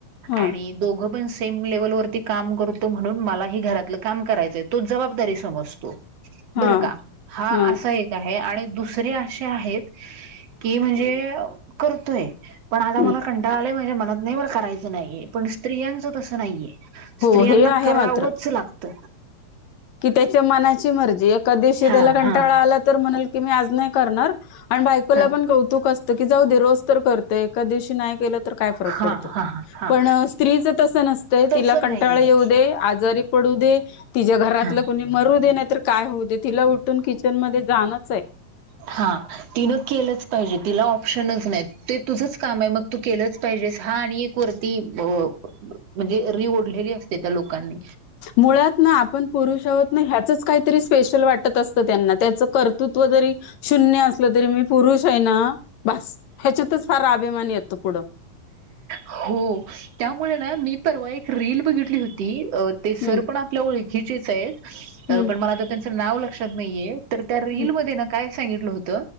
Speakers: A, on the left; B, on the right.
A: ह
B: आणि दोघ पण सेम लेव्हलवरती काम करतो म्हणून, मलाही घरातल काम करायचय तो जबाबदारी समजतो.
A: ह
B: बर का. हा
A: ह
B: असा एक आहे. आणि दुसरे असे आहेत. कि म्हणजे करतोय. पण आता
A: ह
B: मला कंटाळा आलाय माझ्या मनात नाही मला करायच नाहीय पण स्त्रियांच तस नाहीये.
A: हो
B: स्त्रियांना
A: हे आहे
B: करावच
A: मात्र
B: लागत.
A: कि त्याच्या मनाची मर्जी एका दिवशी
B: हां,
A: त्याला कंटाळा
B: हां,
A: आला तर म्हणाल की मी आज नाही करणार आणि बायकोला
B: हां,
A: पण कौतुक असत की जाऊ दे रोज तर करतोय एखाददिवशी नाही केल तर काय फरक पडतो.
B: हां, हां, हां.
A: पण स्त्रीच तस नसतय
B: तसं
A: तिला कंटाळा
B: नाहीये.
A: येऊ दे आजारी पडू दे तिच्या घरातल
B: हा
A: कोुणी मरू दे नाही तर काय होऊ दे तिला उठून किचन मध्ये जाणच हे.
B: हा तिन केलच पाहिजे, तिला ऑप्शनच नाही ते तुझच काम आहे. मग तू केलच पाहिजेस हा आणि एक वरती म्हणजे री ओढलेली असते त्या लोकांनी.
A: मुळात ना आपण पुरुष आहोत ना ह्याचच काय तरी स्पेशल वाटत असत त्यांना त्याच कर्तृत्व जरी शून्य असल तरी मी पुरुष आहे ना. बस ह्याच्यातच फार अभिमान येतो पुढ.
B: हो. त्यामुळे ना मी परवा एक रीली बघितली होती ते सर
A: हम्म
B: पण आपल्या ओळखीचेच आहेत,
A: हम्म
B: पण मला आता त्यानंच नाव लक्षात नाहीये, तर त्या रीलमध्ये
A: हम्म
B: ना काय सांगितल होत